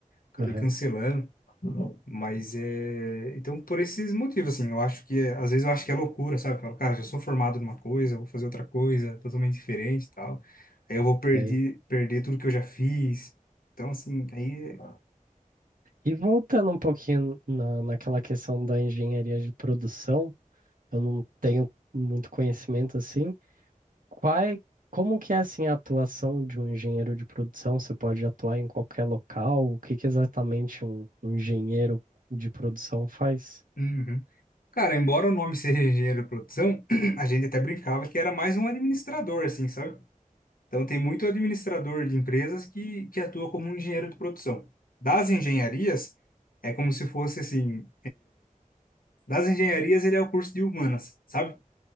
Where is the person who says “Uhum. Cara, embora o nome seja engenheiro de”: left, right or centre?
Left